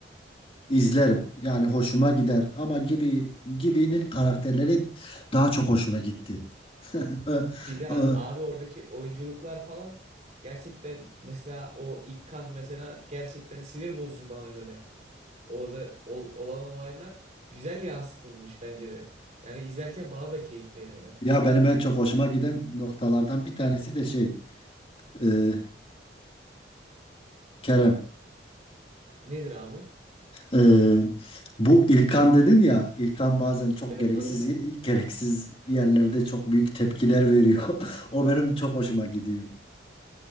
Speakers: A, on the left (about 30°); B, on the right (about 40°).
A: izlerim. Yani hoşuma gider. Ama gibi gibinin karakterleri daha çok hoşuma gitti. <laughs> E,
B: Bir de
A: e,
B: abi oradaki oyunculuklar falan gerçekten mesela o İkkan mesela gerçekten sinir bozucu bana göre. Orada ol- olan olaylar güzel yansıtılmış bence de. Yani izlerken bana da keyif veriyor
A: Ya benim en
B: gibi.
A: çok hoşuma giden noktalardan bir tanesi de şey e, Kerem.
B: Nedir abi?
A: Ee, bu İlkan dedin ya, İlkan bazen çok
B: Evet
A: Evet gereksiz
B: abi.
A: abi. gereksiz yerlerde çok büyük tepkiler veriyor. <laughs> O benim çok hoşuma gidiyor.